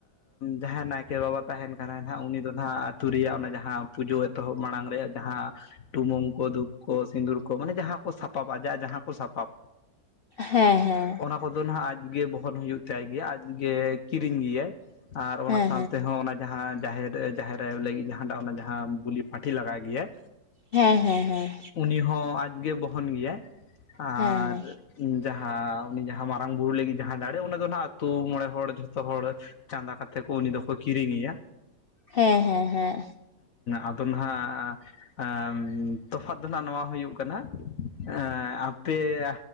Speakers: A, on the left; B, on the left.
A: ᱡᱟᱦᱟᱸᱭ ᱱᱟᱭᱠᱮ ᱵᱟᱵᱟ ᱛᱟᱦᱮᱱ ᱠᱟᱱᱟᱭ ᱱᱟᱜ, ᱩᱱᱤ ᱫᱚ ᱦᱟᱜ ᱟᱹᱛᱩ ᱨᱮᱭᱟᱜ ᱚᱱᱟ ᱡᱟᱦᱟᱸ ᱯᱩᱡᱳᱹ ᱮᱛᱚᱦᱚᱵ ᱢᱟᱲᱟᱝ ᱨᱮᱭᱟᱜ ᱡᱟᱦᱟᱸ ᱴᱩᱢᱳᱹᱝ ᱠᱚ ᱫᱷᱩᱯ ᱠᱚ ᱥᱤᱸᱫᱩᱨ ᱠᱚ ᱢᱟᱱᱮ ᱡᱟᱦᱟᱸ ᱠᱚ ᱥᱟᱯᱟᱵ ᱟᱡᱟᱜ ᱡᱟᱦᱟᱸ ᱠᱚ ᱥᱟᱯᱟᱵ᱾
B: ᱦᱮᱸ ᱦᱮᱸ᱾
A: ᱚᱱᱟ ᱠᱚᱫᱚ ᱱᱟᱦᱟᱜ ᱟᱡᱜᱮ ᱵᱚᱦᱚᱱ ᱦᱩᱭᱩᱜ ᱛᱟᱭ ᱜᱮᱭᱟ, ᱟᱡᱜᱮ ᱠᱤᱨᱤᱧ ᱜᱮᱭᱟᱭ᱾ ᱟᱨ
B: ᱦᱮᱸ
A: ᱚᱱᱟ
B: ᱦᱮᱸ
A: ᱥᱟᱶᱛᱮ ᱦᱚᱸ ᱚᱱᱟ ᱡᱟᱦᱟᱸ ᱡᱟᱦᱮᱨ, ᱡᱟᱦᱮᱨ ᱟᱭᱳ ᱞᱟᱹᱜᱤᱫ ᱡᱟᱦᱟᱸ ᱴᱟᱜ ᱚᱱᱟ ᱡᱟᱦᱟᱸ ᱵᱩᱞᱤ ᱯᱟᱹᱞᱺᱴᱷᱤ ᱞᱟᱜᱟᱭ ᱜᱮᱭᱟᱭ,
B: ᱦᱮᱸ ᱦᱮᱸ ᱦᱮᱸ᱾
A: ᱩᱱᱤ ᱦᱚᱸ ᱟᱡᱜᱮ ᱵᱚᱦᱚᱱ ᱜᱤᱭᱟᱭ, ᱟᱨ
B: ᱦᱮᱸ
A: ᱡᱟᱦᱟᱸ ᱩᱱᱤ ᱡᱟᱦᱟᱸ ᱢᱟᱨᱟᱝ ᱵᱩᱨᱩ ᱞᱟᱹᱜᱤᱫ ᱡᱟᱦᱟᱸ ᱫᱟᱬᱮ ᱚᱱᱟ ᱫᱚ ᱱᱟᱦᱟᱜ ᱟᱛᱩ ᱢᱚᱬᱮ ᱦᱚᱲ ᱡᱷᱚᱛᱚ ᱦᱚᱲ ᱪᱟᱸᱫᱟ ᱠᱟ ᱛᱮ ᱠᱚ ᱩᱱᱤ ᱫᱚᱠᱚ ᱠᱤᱨᱤᱧᱮᱭᱟ᱾
B: ᱦᱮᱸ ᱦᱮᱸ ᱦᱮᱸ
A: ᱟᱫᱚ ᱱᱟᱦᱟᱜ ᱟᱸᱻᱢ ᱛᱚᱯᱷᱟᱛ ᱫᱚ ᱱᱟᱦᱟᱜ ᱱᱚᱣᱟ ᱦᱩᱭᱩᱜ ᱠᱟᱱᱟ, ᱮᱸ ᱟᱯᱮ